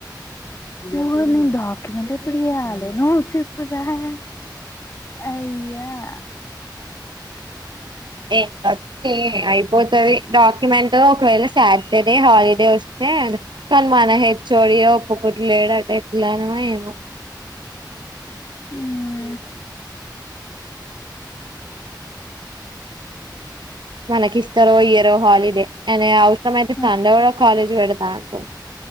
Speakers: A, on the left; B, on the right.
A: ఓ నేను డాక్యూమెంట్ ఎప్పుడు చేయలేను నోట్స్ ఎప్పుడూరాయ అయ్యా
B: ఏ వత్తే అయిపోతది, డాక్యుమెంట్ ఒకవేళ సాటర్డే హాలిడే వస్తే, కాన్ మన హెచ్ ఓ డి ఒప్పుకుట్లేడేట ఎట్లానమో ఏమో.
A: మ్మ్
B: మనకి ఇస్తారో ఇయ్యరో హాలిడే అనే అవసరం అయితే,
A: ఆ,
B: సండే కూడా కాలేజ్ పెడతా అంటు,